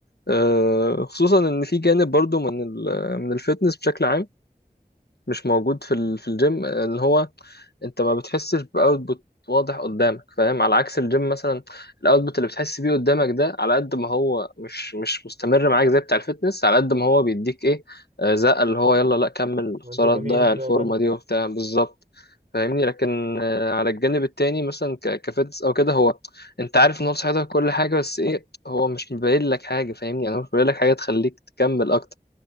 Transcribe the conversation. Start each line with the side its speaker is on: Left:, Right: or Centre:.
Left: آه، خصوصا ان في جانب برضو من ال... من الفتنس بشكل عام مش موجود في ال... في الجيم ان هو انت ما بتحسش باوتبوت واضح قدامك فاهم على عكس الجيم مثلا الاوتبوت اللي بتحس بيه قدامك ده على قد ما هو مش مش مستمر معاك زي بتاع الفتنس على قد ما هو بيديك ايه آه، زقه اللي هو يلا لا كمل
Right: والدوبامين
Left: خساره تضيع
Right: وكده
Left: الفورمه
Right: فاهم
Left: دي وبتاع بالظبط فاهمني لكن آه، على الجانب التاني مثلا ك- كفتنس او كده هو انت عارف ان هو صحتك كل حاجه بس ايه هو مش مبين لك حاجه فاهمني انا مش مبين لك حاجه تخليك تكمل اكتر